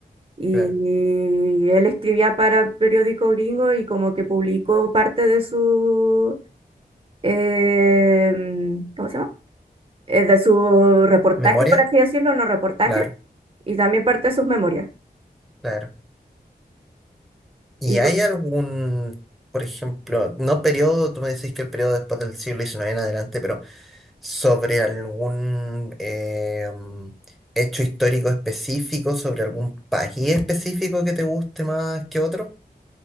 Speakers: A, on the right (about 35°); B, in the centre.
A: Y
B: Claro.
A: él escribía para el periódico gringo y como que publicó parte de su, em, ¿cómo se llama? eh, de su reportaje,
B: ¿Memoria?
A: por así decirlo, no reportaje,
B: Claro,
A: y también parte de sus memorias.
B: claro. ¿Y
A: Y
B: hay algún, por ejemplo, no periodo, tú me decís que el periodo después del siglo XIX en adelante, pero sobre algún eh, mm, hecho histórico específico, sobre algún país específico que te guste más que otro?